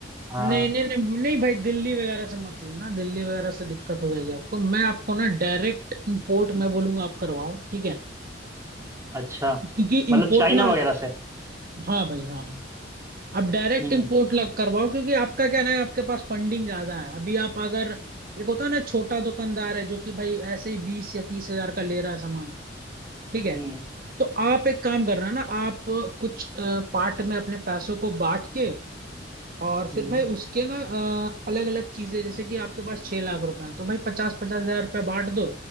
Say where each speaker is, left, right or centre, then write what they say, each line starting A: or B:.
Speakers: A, on the right; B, on the right.
A: हाँ
B: नहीं नहीं नहीं नहीं भाई दिल्ली वगैरह से मत लेना दिल्ली वगैरह से दिक्कत हो जाएगी आपको मैं आपको ना डायरेक्ट इंपोर्ट मैं बोलूंगा आप करवाओ ठीक है
A: अच्छा
B: क्योंकि
A: मतलब
B: इंपोर्ट
A: चाइना
B: ना आप
A: वगैरह से
B: हाँ भाई हाँ हाँ आप डायरेक्ट
A: हम्म
B: इंपोर्ट लग करवाओ क्योंकि आपका क्या ना है आपके पास फंडिंग ज्यादा है अभी आप अगर एक होता है ना छोटा दुकानदार है जो कि भाई ऐसे ही बीस या तीस हजार का ले रहा है सामान ठीक है
A: हम्म
B: तो आप एक काम करना ना आप कुछ पार्ट में अपने पैसों को बांट के और फिर
A: हम्म
B: भाई उसके ना अलग अलग चीजें जैसे कि आपके पास छह लाख रुपए हैं तो भाई पचास पचास हजार रुपये बांट दो